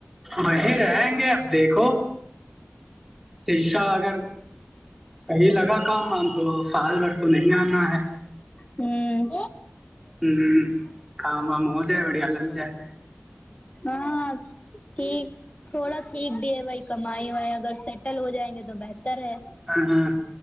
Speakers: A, in the centre; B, on the left.
A: وہیں رہیں گے اب دیکھو جیسا اگر صحیح لگا کام تو سال بھر تو نہیں آنا ہے
B: ہوں
A: ہوں کام و م ہووجائے بڑیاالگ جائے
B: ہاں ٹھیک تھوڑا ٹھیک بھی ہے بھائی کمائی ہوائی اگر سیٹل ہو جائیں گے تو بہتر ہے
A: ہاں ہاں